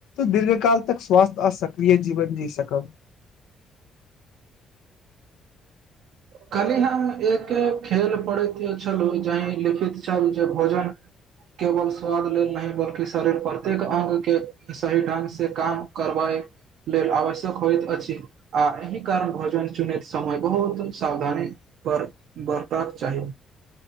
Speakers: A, on the left; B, on the right.
A: दीर्घ काल तक स्वास्थ्य आ सक्रिय जीवन जी सकब
B: कहली हम एक खेल पढ़ैत छलहुँ जहि लिखित छल जे भोजन केवल स्वाद लेल नहि बल्कि शरीर प्रत्येक अङ्ंग के सही ढ्ंग से काम करबाए लेल आवश्यक होइत अछि आ एहि कारण भोजन चुनैत समय बहुत सावधानी बर बरतबाक चाही